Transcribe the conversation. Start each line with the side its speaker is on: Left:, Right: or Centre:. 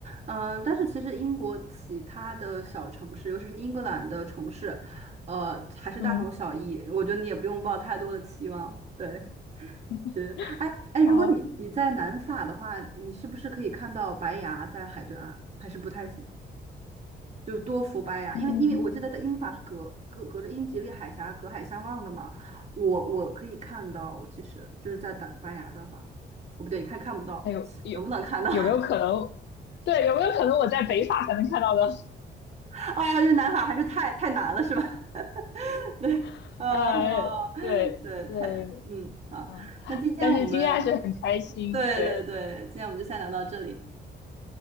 Right: 嗯、但是其实英国其他的小城市，尤其是英格兰的城市，呃，还是大同小异，
Left: 嗯，
Right: 我觉得你也不用抱太多的期望，对，
Left: <laughs>
Right: 是，哎哎，如果你你在南法的话，
Left: 好，
Right: 你是不是可以看到白崖在海对岸，还是不太行？就多福白牙，
Left: 嗯，
Right: 因为因为我记得的英法是隔隔隔着英吉利海峡隔海相望的嘛，我我可以看到，我其实就是在打白牙的话，哦不对，看看不到，
Left: 那有有
Right: 能不能看到？
Left: 有没有可能？对，有没有可能我在北法才能看到的？
Right: <laughs> 哦，因为南法还是太太难了，是吧？<laughs> 对，
Left: <laughs>
Right: 呃，
Left: 呃，对对。
Right: 对，太，嗯，好，
Left: 啊但是今天还是很开心。
Right: 那今天我们，对对对，
Left: 对
Right: 今天我们就先聊到这里，